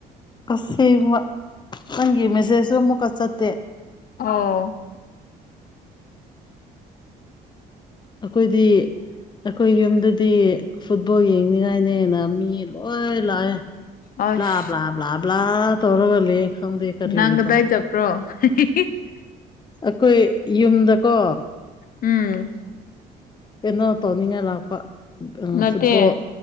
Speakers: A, on the left (about 25°); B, on the left (about 55°).
A: ꯑꯁꯦꯡꯕ ꯅꯪꯒꯤ ꯃꯦꯁꯦꯖꯇꯣ ꯑꯃꯨꯛꯀ ꯆꯠꯇꯦ
B: ꯑꯣ
A: ꯑꯈꯣꯏꯗꯤ ꯑꯩꯈꯣꯏ ꯌꯨꯝꯗꯗꯤ ꯐꯨꯠꯕꯣꯜ ꯌꯦꯡꯅꯤꯡꯉꯥꯏꯅꯦꯅ ꯃꯤ ꯂꯣꯏ ꯂꯥꯛꯑꯦ
B: ꯑꯁ
A: ꯕ꯭ꯂꯥ ꯕ꯭ꯂꯥ ꯕ꯭ꯂꯥ ꯕ꯭ꯂꯥ ꯇꯧꯔꯒ ꯂꯩꯑꯦ ꯈꯪꯗꯦ ꯈꯔꯤ
B: ꯅꯪ ꯀꯗꯥꯏ
A: ꯇꯧ
B: <unintelligible>
A: ꯑꯈꯣꯏ ꯌꯨꯝꯗꯀꯣ
B: ꯎꯝ
A: ꯀꯩꯅꯣ ꯇꯧꯅꯤꯡꯉꯥꯏ ꯂꯥꯛꯄ
B: ꯅꯠꯇꯦ
A: ꯐꯨꯠꯕꯣꯜ